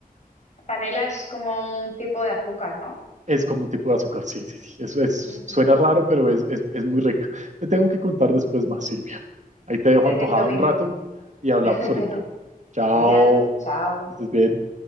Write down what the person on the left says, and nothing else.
Panela es como un tipo de azúcar, ¿no?
Ujú,
ujú,
ujú.
Perfecto,
Miguel.
<laughs>
Genial, chao.